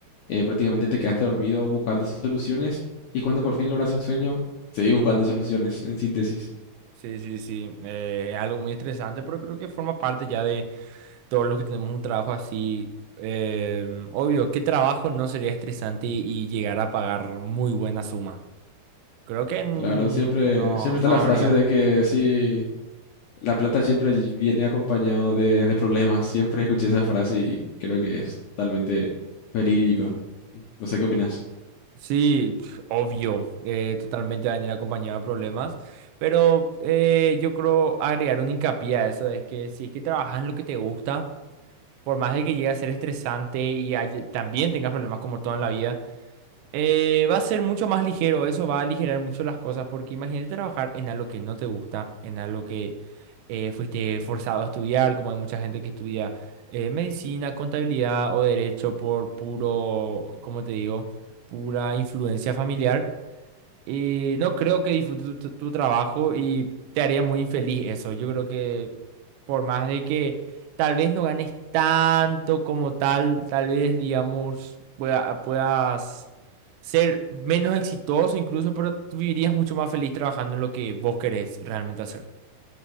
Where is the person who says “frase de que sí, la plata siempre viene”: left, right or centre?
Left